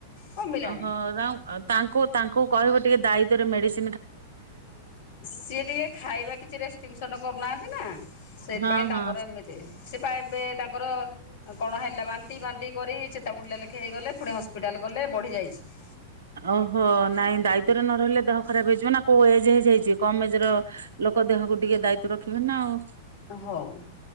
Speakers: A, on the left (about 55°); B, on the right (about 65°).
A: କମିଲାଣି
B: ଓଃ ତ ଆଉ ତାଙ୍କୁ ତାଙ୍କୁ କହିବ ଟିକେ ଦାୟିତ୍ୱରେ ମେଡିସି
A: ସିଏ ଟିକେ ଖାଇବା କିଛି ରେଷ୍ଟିଙ୍ଗସନ୍ କରୁନାହାନ୍ତି ନା। ସେଇଥିପାଇଁ
B: ହଁ ହଁ।
A: ତାଙ୍କର ଏମିତି, ସେ ପା ଏବେ ତାଙ୍କର କ'ଣ ହେଲା ବାନ୍ତି ଫାନ୍ତି କରି ଚେତା ବୁଡିଲା ଲେ ଖେ ହେଇଗଲେ ପୁଣି ହସ୍ପିଟାଲ ଗଲେ ବଢ଼ିଯାଇଛି।
B: ଓହୋଃ! ନାଇଁ ଦାୟିତ୍ୱରେ ନ ରହିଲେ ଦେହ ଖରାପ ହେଇଯିବ ନା। କୋଉ ଏଜ୍ ହେଇଛି ହେଇଛି? କମ ଏଜ୍ର ଲୋକ ଦେହକୁ ଟିକେ ଦାୟିତ୍ୱ ରଖିବେ ନା ଆଉ।
A: ଅ ହଉ।